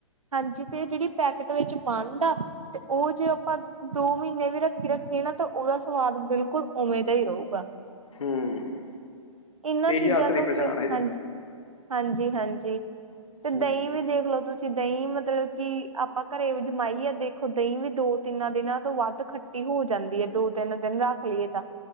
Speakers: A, on the right; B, on the left.
A: ਹਾਂਜੀ ਤੇ ਜਿਹੜੀ ਪੈਕਟ ਵਿੱਚ ਬੰਦ ਆ ਤੇ ਉਹ ਜੇ ਆਪਾਂ ਦੋ ਮਹੀਨੇ ਵੀ ਰੱਖੀ ਰੱਖੀਏ ਨਾ ਤਾਂ ਉਹਦਾ ਸਵਾਦ ਬਿਲਕੁਲ ਉਵੇਂ ਦਾ ਹੀ ਰਹੂੰਗਾ।
B: ਹੂੰ
A: ਇਹਨਾਂ
B: ਇਹੀ
A: ਚੀਜ਼ਾਂ
B: ਅਸਲੀ
A: ਤੋਂ
B: ਪਛਾਣ
A: ਫੇਰ,
B: ਹੈ ਇਹਦੀ
A: ਹਾਂਜੀ ਹਾਂਜੀ -ਹਾਂਜੀ ਤੇ ਦਹੀਂ
B: ਹੂੰ
A: ਵੀ ਦੇਖਲੋ ਤੁਸੀਂ, ਦਹੀਂ ਮਤਲਬ ਕਿ ਆਪਾਂ ਘਰੇ ਜਮਾਈਏ ਦੇਖੋ ਦਹੀਂ ਵੀ ਦੋ- ਤਿੰਨਾਂ ਦਿਨਾਂ ਤੋਂ ਵੱਧ ਖੱਟੀ ਹੋ ਜਾਂਦੀ ਹੈ। ਦੋ- ਤਿੰਨ ਦਿਨ ਰੱਖ ਲਈਏ ਤਾਂ,